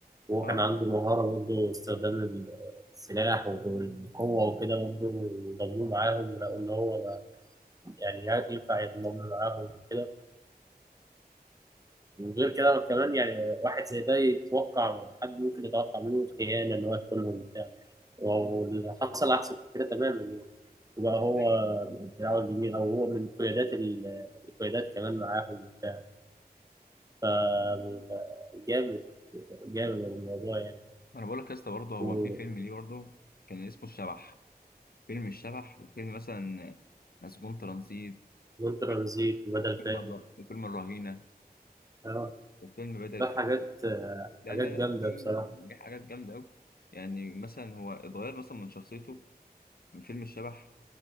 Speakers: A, on the right (about 20°); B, on the left (about 70°).
A: وهو
B: اه
A: كان عنده مهاره برضه استخدام السلاح والقوه وكده برضه ضموه معاهم ولقوا ان هو يعني ينفع يضمن معاهم وكده وغير كده كمان يعني واحد زي ده يتوقع حد ممكن يتوقع منه خيانة إن هو يخونهم بتاع واللي حصل عكس كده تماما يعني وبقى هو
B: ايوه
A: دراعه اليمين أو هو من قيادات ال- القيادات كمان معاهم وبتاع فجامد جامد الموضوع يعني
B: انا بقول لك يا اسطى برضه هو
A: ومسجون
B: في فيلم ليه برضه كان اسمه الشبح فيلم الشبح وفيلم مثلا مسجون ترانزيت
A: ترانزيت
B: فيلم
A: وبدل
B: فيلم
A: فائد
B: الر- فيلم الرهينة
A: اه
B: وفيلم بدل
A: لا
B: فاقد
A: حاجات آه،
B: لا
A: حاجات
B: لا
A: جامدة
B: لا في
A: بصراحة
B: في حاجات جامدة أوي يعني مثلا هو اتغير مثلا من شخصيته من فيلم الشبح